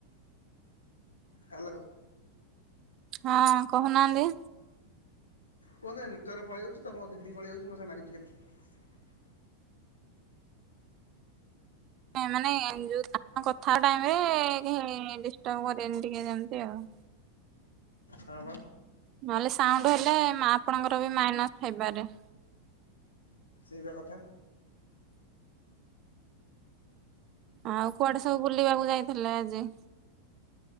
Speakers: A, on the left; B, on the right.
A: ହ୍ୟାଲୋ।
B: ହଁ କହୁନାହାଁନ୍ତି।
A: କୁହନ୍ତୁ ଏ ନେଟୱାର୍ ପଳେଇ ଯାଉଚି ତ। ମୋ ଦିଦି ପଳେଇ ଆଉଚି ମୋ ସାଙ୍ଗରେ ଲାଗୁଚି ଖାଲି।
B: ନାଇଁ ମାନେ ଯୋଉ ଆମ କଥା ଟାଇମ ରେ କେହି ଡିଷ୍ଟ୍ରବ୍ କରିବେନି ଟିକେ ଯେମିତି ଆଉ।
A: ହଁ ବା
B: ନହେଲେ ସାଉଣ୍ଡ ହେଲେ ଉଁ ଆପଣଙ୍କର ବି ମାଇନସ ହେଇପାରେ।
A: ହେବା କଥା।
B: ଆଉ କୁଆଡେ ସବୁ ବୁଲିବାକୁ ଯାଇଥିଲେ ଆଜି?